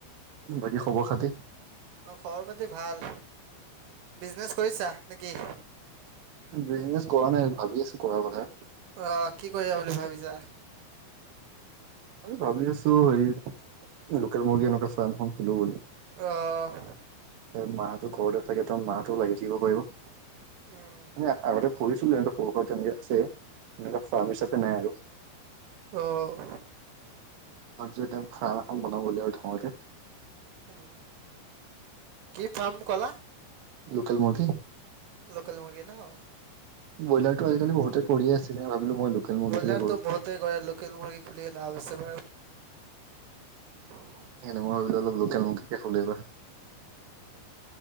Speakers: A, on the right (about 60°); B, on the right (about 85°).
A: বাকী, খবৰ খাতি?
B: অ', খবৰ পাতি ভাল, বিজনেচ কৰিছা নে কি?
A: বিজনেছ কৰা নাই, ভাবি আছো কৰাৰ কথা।
B: আহ, কি কৰিবা বুলি ভাবিছা?
A: এই ভাবি আছো হেৰি লোকেল মুৰ্গী এনেকুৱা চোৱান এখন খোলো বুলি
B: অহ',
A: এ মা হটো ঘৰতে থাকে, ত' মা হঁতেও লাগি থাকিব পাৰিবে।
B: উম,
A: আগতে কৰিছিলো এনেকে সৰু সুৱা তেনেকে আছে, এনেকে ফাৰ্ম হিাপে নাই আৰু।
B: অ',
A: ভাবিছোঁ এতিয়া ফাৰ্ম এখন বনাম <unintelligible>
B: উম, কি ফাৰ্ম ক'লা?
A: লোকেল মুৰ্গী।
B: কেল মুৰ্গী ন'?
A: ব্ৰইলাৰটো আজিকালি বহুতে কৰিয়ে আছে সেইকাৰণে ভাবিলো মই লোকেল মুৰ্গীটোকে
B: বইলাৰটো
A: কৰো
B: বহুতে কৰে, লোকেল মুৰ্গী খুলিয়ে লাভ আছে। <unintelligible>
A: সেইকাৰনে মই ভাবিলোঁ অলপ লোকেল মুৰ্গীকে খুলোঁ এইবাৰ।